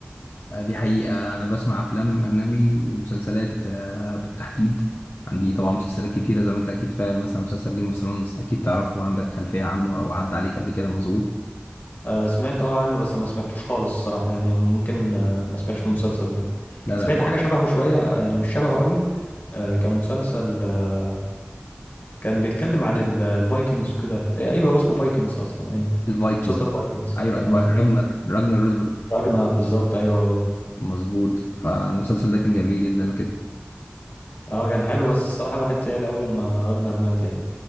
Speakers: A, on the left; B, on the left.
A: آه، دي حقيقة انا بسمع افلام اجنبي ومسلسلات آه، بالتحديد عندي طبعا مسلسلات كتيرة زي ما انت اكيد فاهم مثلا مسلسل جيم اوف ثرونز اكيد تعرفه وعندك خلفية عنه او عدى عليك قبل كده مظبوط
B: أه سمعت اه عنه بس ما سمعتوش خالص الصراحة يعني ممكن أه ما سمعتش من المسلسل ده
A: لا
B: سمعت
A: لا
B: حاجة شبهه شوية آه، يعني مش شبهه قوي أه كان مسلسل آه، كان بيتكلم عن ال- آه، الفايكنجز وكده إيه، ايوه هو اسمه فايكنجز اصلا ايوه
A: الفايكنج
B: مسلسل فايكنجز
A: ايوه
B: اه
A: راجنر راجنر روزبروك
B: راجنر بالظبط ايوه هو ده
A: مظبوط فالمسلسل ده كان جميل جدا وكده
B: اه كان حلو بس الصراحة الواحد زعل أوي لما راجنر مات يعني